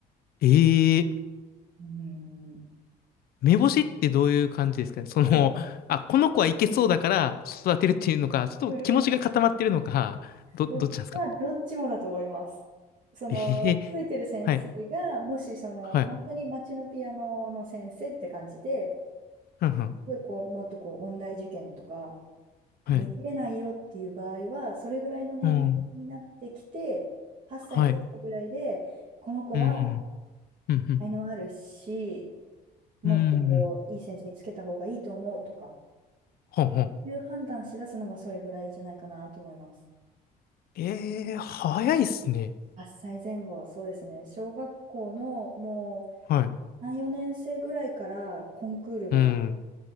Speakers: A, on the left; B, on the right.
A: ええ
B: うん。
A: 目星ってどういう感じですかねその、
B: でも、
A: あ、この子はいけそうだから育てるっていうのか、ちょっと気持ちが固まってるのか、
B: うんうん
A: ど、
B: うん。
A: どっちなんですか
B: まあ、どっちもだと思います。その、
A: ええ
B: ついてる先生が、
A: はい、
B: もしその、
A: はい、
B: 本当に街のピアノの先生って感じで、
A: はんはん、
B: すごいこう、もっとこう、音大受験とか、
A: はい、
B: 見切れないよっていう場合は、それぐらいの年齢になってきて、
A: うん、
B: 8歳、
A: はい、
B: 9歳ぐらいで、この子は
A: うん、うん、
B: 才能あるし、もっとこう、
A: うん、うん、
B: いい先生につけた方がいいと思うとか、
A: はんほんほん。
B: そういう判断しだすのがそれぐらいじゃないかなと思います。
A: ええ早いっすね。
B: 8歳前後、そうですね。小学校のもう
A: はい、
B: 3、四年生ぐらいからコンクールがある。
A: うん、